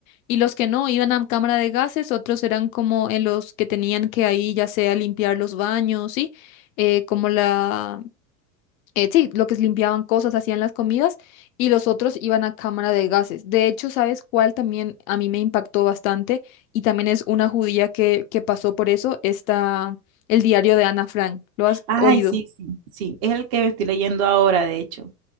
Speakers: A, on the left; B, on the right.
A: y los que no iban a cámara de gases, otros eran como en los que tenían que ahí ya sea limpiar los baños, ¿sí? Eh, como la, eh, sí, lo que es limpiaban cosas, hacían las comidas, y los otros iban a cámara de gases. De hecho, ¿sabes cuál también a mí me impactó bastante? Y también es una judía que, que pasó por eso, está el diario de Ana Frank. ¿Lo has
B: Ay,
A: oído?
B: sí, sí, sí, es el que me estoy leyendo ahora, de hecho.